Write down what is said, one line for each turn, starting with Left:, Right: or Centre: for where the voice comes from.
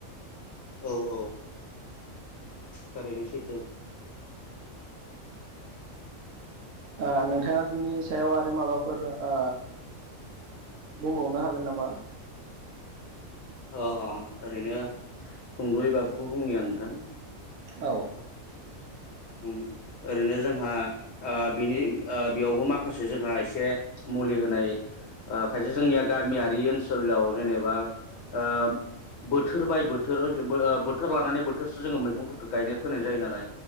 Left: औ औ थारैनो सैथो
Right: ओ नोंथाङा बिनि सायाव आरो माबाफोर ओ बुंबावनो हागोन नामा?
Left: अ अ ओरैनो सुंद'यैबाबो बुंनि आं नोंथां।
Right: औ
Left: उम ओरैनो जोंहा आ बिनि आ बेयावबो माखासे जोंहा एसे मुलि होनाय ओ खायसे जोंनिया गामियारि ओनसोलाव जेनेबा ओ बोथोर बाय बोथोरथ ओ बोथोर लानानै बोथोरसो जोङो मैगंफोरखौ गायनाय फैनाय जायो नालाय।